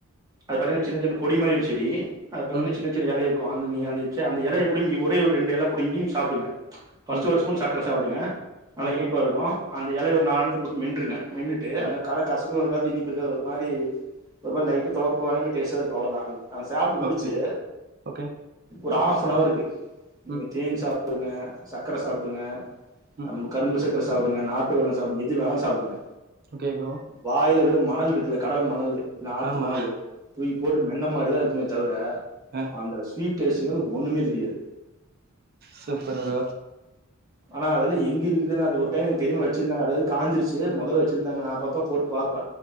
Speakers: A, on the right (about 15°); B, on the right (about 45°).
A: அது பாத்திங்னா சின்ன சின்ன கொடிமாறி செடி அத பாத்திங்ன
B: ம்
A: சின்ன சின்ன எல இருக்கு அந்த நீங்க அந்த ச்செ அந்த எலய புடுங்கி ஒரே ஒரு ரெண்டு எல புடுங்கி நீங்க சாப்டுங்க பர்ஸ்ட்
B: ம்
A: ஒரு ஸ்பூன் சக்கர சாப்டுங்க நல்லா
B: ஓகே
A: இனிப்பா இருக்கு அந்த எல ஒரு நாலஞ்சு போட்டு மென்றுங்க மென்னுட் ட்டு
B: ம்
A: அந்த கல கசப்பு இருக்காது இனிப்பு இருக்காது ஒரு மாரி ஒரு மாறி லைட்ட தொவர்ப்பு மாறி டேஸ்டா இருக்கு அவ்ளதா சாப்ட்டு முடிச்சு
B: ஓகே ஓகே
A: ஒரு ஹாஃப்நவர்க்கு நீங்க
B: ம்
A: தேன் சாப் டுங்க சர்க்கர சாப்டுங்க
B: ம்
A: நம்ப கரும்பு சர்க்கர சாப்டுங்க நாட்டு வெள்ளொ சாப்டுங்க எது வேணாலு சாப்டுங்க
B: ஓகே ப்ரோ
A: வாய்ல வெறு மணல் இருக்குல்ல கடல் மணலு இல்ல ஆத்து
B: ஆமா
A: மணலு தூக்கி போடும தின்ன மாரிதா இருக்குமே தவுர
B: அ
A: அந்த ஸ்வீட் டேஸ்டுங்றது ஒன்னுமே தெரியாது
B: சூப்பருக
A: ஆனா அதுல எங்க இருக்குதுனு அத ஒரு டைம் எங்க பெரியம்மா வச்சிருந்தங்க அதாவது காஞ்சிருச்சு முதல்ல வச்சிருந்தாங்கா நா அப்ப அப்ப போட்டு பாப்பே